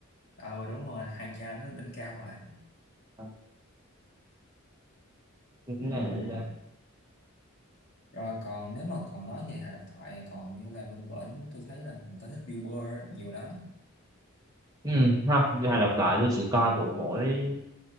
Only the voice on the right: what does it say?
Ờ, cái
nào nữa ta
ừ không đi hài độc thoại tôi chỉ coi của mỗi